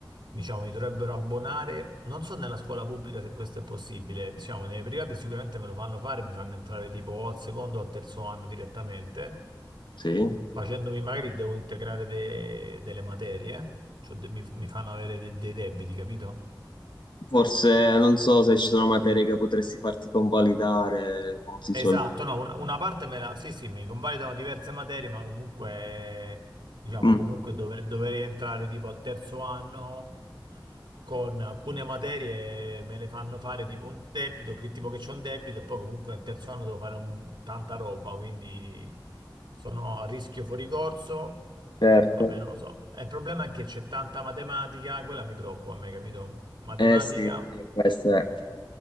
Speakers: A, on the right; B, on the left.
A: diciamo, mi dovrebbero abbonare, non so nella scuola pubblica se questo è possibile, diciamo, nelle private sicuramente me lo fanno fare, mi fanno entrare tipo o al secondo o al terzo anno direttamente,
B: Sì.
A: facendomi magari devo integrare de- delle materie, cioè de- mi, mi fanno avere de- dei debiti, capito?
B: Forse non so se ci sono materie che potresti farti convalidare, come si
A: Esatto,
B: suol dire.
A: no, un- una parte me la... Sì, sì, mi convalidano diverse materie, ma comunque, diciamo,
B: Mm,
A: comunque dover- dovrei entrare tipo al terzo anno con alcune materie me le fanno fare tipo un debito, che tipo che c'è un debito e poi comunque al terzo anno devo fare un- tanta roba, quindi sono a rischio fuori corso,
B: certo.
A: vabbè, non lo so. E Il problema è che c'è tanta matematica, quella mi preoccupa a me, capito? Matematica,
B: Eh sì, e questa